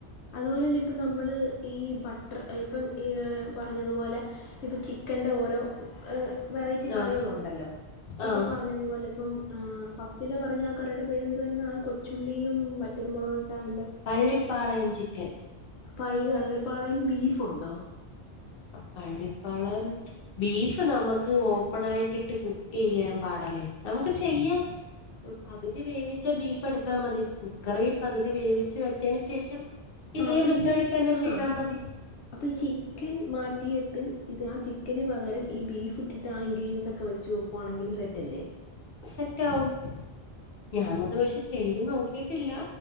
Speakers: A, on the left (about 80°); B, on the left (about 60°).
A: അതുപോലെ തന്നെ ഇപ്പ നമ്മള് ഈ ബട്ടർ ഇപ്പം ഈ പറഞ്ഞതുപോലെ ഇപ്പൊ ചിക്കന്റെ ഓരോ വെറൈറ്റി കറികൾ
B: ആഹ്
A: ഉണ്ടല്ലോ
B: ആഹ്
A: ഇപ്പൊ പറഞ്ഞതുപോലെ ഇപ്പം ആഹ് ഫസ്റ്റില് പറഞ്ഞ ആ കറിയുടെ പേരെന്ത വരുന്ന ആ കൊച്ചുള്ളിയും മറ്റല മുളക് ഇട്ടാ അതിൻ്റെ
B: പള്ളിപ്പളയം ചിക്കൻ
A: അപ്പ ഈ വള്ളിപ്പാളയം ബീഫുണ്ടോ
B: പള്ളിപ്പാളയം ബീഫ് നമുക്ക് ഓപ്പൺ ആയിട്ടിട്ട് കുക്ക് ചെയ്യാൻ പാടല്ലേ നമുക്ക് ചെയ്യാം പകുതി വേവിച്ച ബീഫ് എടുത്താ മതി കുക്കറി പകുതി വേവിച്ച് വെച്ചതിന് ശേഷം ഇതേ
A: ആഹ് അപ്പൊ
B: മെത്തേടി
A: ഈ
B: തന്നെ ചെയ്താൽ
A: ആഹ്
B: മതി
A: അപ്പൊ ഈ ചിക്കൻ മാറ്റിയിട്ട് ഇത് ആഹ് ചിക്കന് പകരം ഈ ബീഫ് ഇട്ടിട്ട് ആ ഇൺഗ്രിയൻസൊ ക്കെ വെച്ചുക്കുവാണെങ്കിലും സെറ്റല്ലേ
B: സെറ്റവും ഞാനത് പക്ഷെ ചെയ്ത് നോക്കിട്ടില്ല